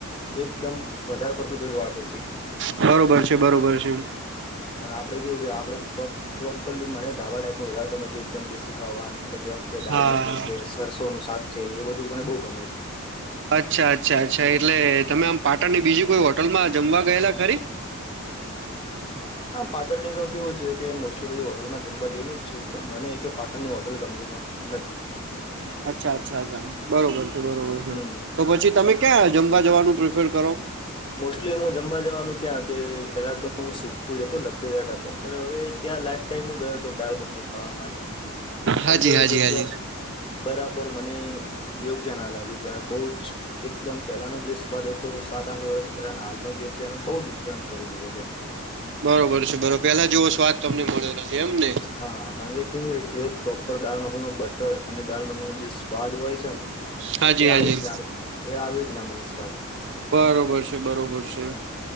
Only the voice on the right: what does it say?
બરોબર છે બરોબર છે.
હા
અચ્છા અચ્છા અચ્છા એટલે તમે આમ પાટણની બીજી કોઈ હોટલમાં જમવા ગયેલા ખરી?
અચ્છા અચ્છા્ બરોબર છે બરોબર છે.
તો પછી તમે ક્યાં જમવા જવાનું પ્રિફર કરો?
હાજી
હાજી
હાજી
બરોબર છે બરોબર પેલા જેવો સ્વાદ તમને મળ્યો નય એમ ને.
હાજી
હાજી
બરોબર છે બરોબર છે.